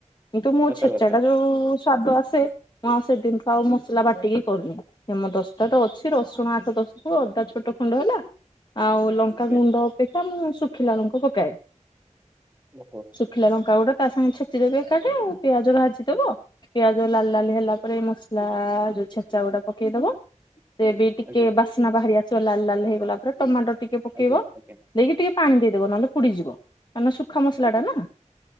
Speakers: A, on the left; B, on the right.
A: କିନ୍ତୁ ମୋ
B: ସତ
A: ଛେଚା
B: କଥା
A: ଟା ଯଉ ସ୍ଵାଦ ଆସେ ମୁଁ ଆଉ ସେଦିନୁଠୁ ମୁଁ ଆଉ ମସଲା ବାଟିକି କରୁନି ହେମଦସ୍ତା ତ ଅଛି ରସୁଣ ଆଠ ଦଶ୍ କୁ ଅଦା ଛୋଟ ଖଣ୍ଡ ହେଲା ଆଉ ଲଙ୍କାଗୁଣ୍ଡ
B: ଆଜ୍ଞା
A: ଅପେକ୍ଷା ମୁଁ ଶୁଖିଲା ଲଙ୍କା ପକାଏ
B: ଓହୋ
A: ଶୁ ଶୁଖିଲା ଲଙ୍କା ଗୁଡା ତା ସାଙ୍ଗେ ଛେଚିଦେବି ଏକାଠେ ଆଉ ପିଆଜ ଭାଜିଦବ। ପିଆଜ ଲାଲ୍ ଲାଲ୍ ହେଲା ପରେ ମସଲା ଆ-ଯଉ ଛେଚା ଗୁଡା ପକେଇଦବ ସେ ବି ଟିକେ
B: ଆଜ୍ଞା
A: ବାସ୍ନା ବାହାରି ଆସିବ ଲାଲ୍ ଲାଲ୍ ହେଇଗଲା ପୁରା ଟମାଟୋ ଟିକେ ପକେଇବ
B: ଆଜ୍ଞା ଆଜ୍ଞା
A: ଦେଇକି ଟିକେ ପାଣି ଦେଇଦେବ ନହେଲେ ପୁଡ଼ିଯିବ କାହିଁନା ସୁୁଖା ମସଲାଟା
B: ଆଜ୍ଞା
A: ନା।